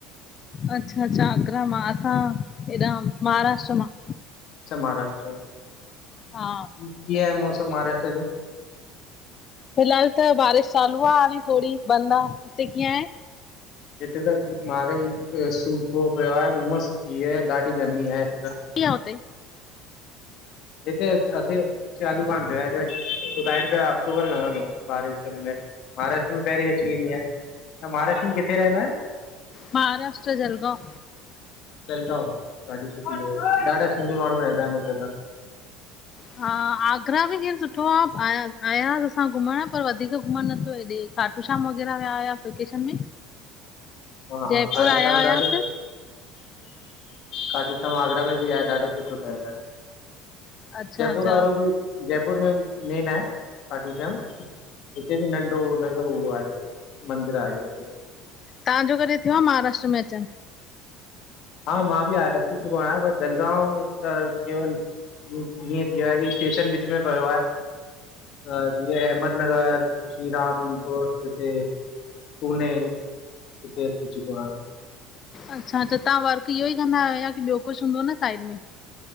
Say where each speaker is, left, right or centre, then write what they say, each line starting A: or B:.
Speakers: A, on the left (about 35°); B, on the left (about 55°).
A: अच्छा अच्छा आगरा मां, असां हेॾा महाराष्ट्र मां।
B: अच्छा महाराष्ट्र,
A: हा
B: कीअं आए मौसम महाराष्ट्र जो?
A: फिलहाल त बारिश चालू आ, हाणे थोड़ी बंदि आ, हिते कीअं आए?
B: हिते त माॻई सुखों पयो आहे, उमस थी वइ आहें, ॾाढी गर्मी आहें। हिते त,
A: सुठी आ हुते
B: हिते छा थी यो? चालू कानि थीया, हिते ॿुधाइनि पिया हफ़्तो ख़न लॻंदों बारिशुनि में। महाराष्ट्र में पहिरीं अची वेंदी आ, तहां महाराष्ट्र में किथे रहंदा आयो?
A: महाराष्ट्र जलगांव।
B: जलगांव ॾाढी सुठी जगह आहे। ॾाढा सिंधी माण्हू रहंदा आहिन हुते त।
A: हा आगरा बि जीअं सुठो आ आया आयासीं असां घुमण पर वधीक घुमण न थियो हेॾे। खाटू श्याम वग़ैरह विया हुयासीं वेकेशन में,
B: हा हा
A: जयपुर
B: खाटू
A: आया
B: श्याम
A: हुयासीं।
B: ॾाढो खाटू श्याम आगरा में बि आहें। ॾाढो सुठो ठहिल आहें।
A: अच्छा
B: जयपुर
A: अच्छा
B: वारो बि जयपुर में मेन आहें। खाटू श्याम! हिते बि नंढो हुनजो उह आहें मंदिर आहें।
A: तव्हां जो कॾे थियो आ महाराष्ट्र में अचनि?
B: हा मां बि आय अची चुको आहियां, पर जलगांव त केवल हीअं थीयो आहे की स्टेशन विच में पयो आहे। त जीअं अहमदनगर, श्री रामपुर हिते पूने हिंते अची चुको आं।
A: अच्छा त तव्हां वर्क इहो ई कंदा आहियो, ॿियो कुझु हूंदो न साइड में?